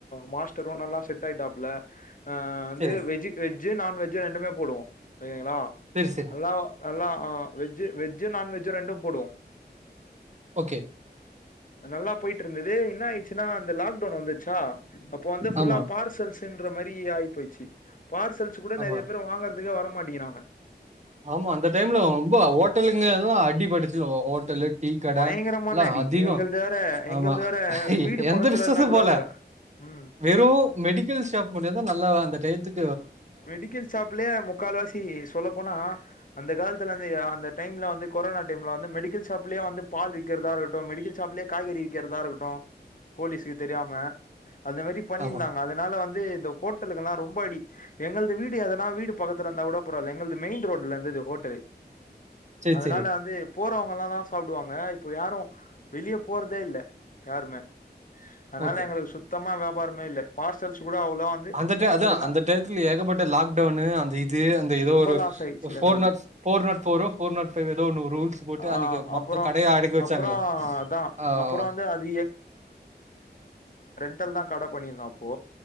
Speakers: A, on the left; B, on the right.
A: மாஸ்டரும் நல்லா செட் ஆயிட்டாப்ல வந்து
B: செரி
A: வெஜ் வெஜ்ஜ நான்வெஜ்ஜ் ரெண்டுமே போடுவோம் ங்களா
B: செரி செரி
A: நல்லா நல்லா வெஜ்ஜு வெஜ்ஜு நான்வெஜ் ரெண்டும் போடுவோம்
B: ஓகே
A: நல்லா போயிட்டு இருந்தது என்ன ஆயச்சுன்னா லாக்டவுன் வந்துச்சா அப்போ வந்து பஃபுல்லா
B: ஆமா
A: பார்சல்ஸ் பண்ற மாதிரி ஆயி போய்ச்சு பார்சல்ஸ் கூட
B: ஆமா
A: நிறைய பேரு வாங்கறதுக்க வர மாட்டிங்றாங்க
B: ஆமா அந்த டைம்ல ரொம்ப ஹோட்டலுங்க ளா அடிப்பட்டுச்சு ஹோ ட்டலு டீ கடை
A: பயங்கரமான
B: எல்லா
A: அடி
B: அதிக
A: எங்கள்து வேற எங்கள்து
B: ஆமா
A: வேற வீடு
B: எந்த
A: பக்கத்துல
B: பிசினஸ்சும்
A: இருந்தா கூட
B: போல
A: போற ம்
B: வெறு மெடிக்கல் ஷாப் மட்டுந் தா நல்லா அந்த டயத்துக்
A: மெடிக்கல் ஷாப்லயே முக்கால்வாசி சொல்ல போனா அந்த காலத்துல வந்து அந்த டைம்ல வந்து கொரோனா டைம்ல வந்து மெடிக்கல் ஷாப்லயே வந்து பால் விக்கிறதா இருக்கட்டு மெடிக்கல் ஷாப்லயே காய்கறி விக்கிறதா இருக்கட்டு போலீஸ்க்க தெரியாம அந்த மாரி பண்ணிருந்தாங்க
B: ஆமா
A: அதனால வந்து இந்த ஹோட்டலுகல்லா ரொம்ப அடி எங்களது வீடு எதனா வீடு பக்கத்துல இருந்தா கூட பரவால எங்குளது மெயின் ரோட்ல இருந்துது ஹோட்டலு
B: சேரி
A: அதனால
B: சேரி
A: வந்து போறவங்க எல்லாந் தான சாப்டுவாங்க இப்ப யாரு வெளியே போறதே இல்ல யாருமே அதனால
B: ஓகே
A: எங்களுக்கு சுத்தமா வ்யா பாரமே இல்ல பார்சல்ஸ் கூட அவ்ளோ வந்து
B: அந்த ட அதா
A: ஒரு நா
B: அந்த டயத்துல ஏகப்பட்ட லாக்டவுன்னு அந்த இது அந்த ஏதோ
A: ரொம்ப
B: ஒரு
A: லாஸ் ஆயிடுச்சு
B: ஃபோர்ட்
A: எங்களுக்கு
B: நாட் ஃபோர் நாட் ஃபரோ போர் நாட் ஃபைவ் ஏதோ ஒன்னு ரூல்ஸ் போட்டு அன்னைக்கு
A: ஆ
B: மொத்த
A: அப்புறோ
B: கடைய அடைக்க வச்சாங்கள
A: அப்புறோ அதா
B: ஆஹ
A: அப்புறோ வந்து அது ல் தா கடை பண்ணிருந்தோ போ